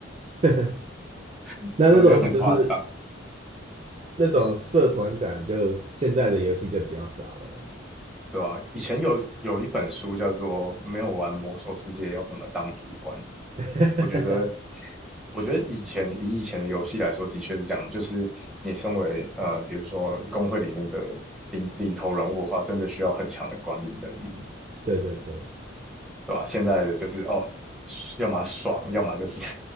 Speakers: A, on the right; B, in the centre.
A: <laughs>
B: <laughs>
A: 那那种就是
B: 我觉得很夸张，
A: 那种社团感就，现在的游戏就比较少了。
B: 对吧、以前有有一本书叫做《没有玩魔兽世界要怎么当主管》，
A: <laughs>
B: 我觉得，我觉得以前以以前的游戏来说，的确是这样，就是你身为呃，比如说工会里面的领领头人物的话，真的需要很强的管理能力，
A: 对对对。
B: 对吧、现在的就是哦，要么爽，要么就是